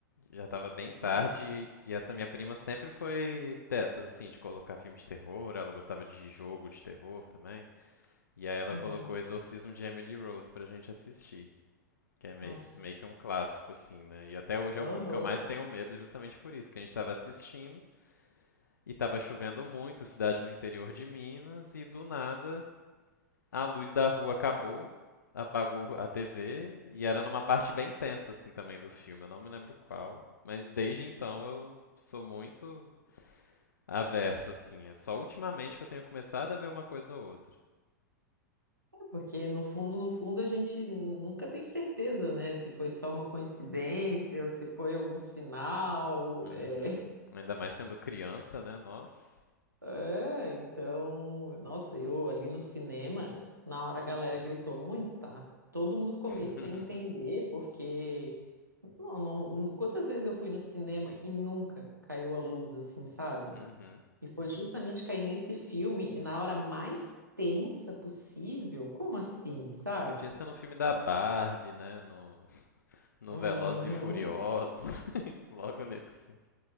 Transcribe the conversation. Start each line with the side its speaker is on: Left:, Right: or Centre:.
Left: já estava bem tarde,
Right: Uhum.
Left: e essa minha prima sempre foi dessas, assim, de colocar filme de terror, ela gostava de jogo de terror também. E aí ela
Right: Uhum.
Left: colocou Exorcismo de Emily Rose pra gente assistir, que é mei-
Right: Nossa.
Left: meio que um clássico, assim, né? E até hoje
Right: Aham.
Left: é o filme que eu mais tenho medo justamente por isso, que a gente estava assistindo e estava chovendo muito, cidade no interior de Minas, e do nada a luz da rua acabou, apagou a TV e era numa parte bem tensa assim também do filme, eu não me lembro qual, mas desde então eu sou muito averso assim, é só ultimamente que eu tenho começado a ver uma coisa ou outra.
Right: Porque no fundo, no fundo, a gente nunca tem certeza, né? Se foi só uma coincidência, ou se foi algum sinal.
Left: Uhum.
Right: é.
Left: Ainda mais sendo criança, né? Nossa.
Right: É, então, nossa, eu ali no cinema, na hora a galera gritou muito, tá? Todo mundo ficou
Left: <laughs>
Right: meio sem entender, porque não, não, não- quantas vezes eu fui no cinema e nunca caiu a luz assim, sabe?
Left: Uhum.
Right: E foi justamente cair nesse filme e na hora mais tensa possível. Como assim, sabe?
Left: Podia ser no filme da Barbie, né? No, no
Right: Uhum.
Left: Velozes e Furiosos, <laughs> logo nesse.